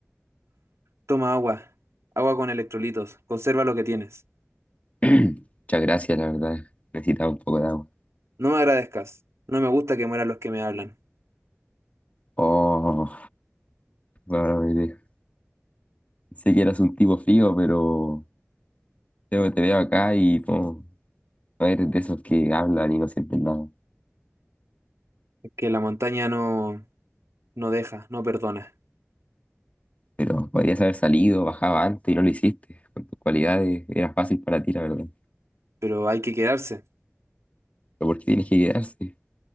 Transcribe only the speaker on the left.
<clears throat> Muchas gracias, la verdad, necesitaba un poco de agua.
Oh, bueno, me sé que eras un tipo frío, pero te, te veo acá y no, no eres de esos que hablan y no sienten nada.
pero podrías haber salido, bajaba antes y no lo hiciste. Con tus cualidades era fácil para ti, la verdad.
Pero ¿por qué tienes que quedarse?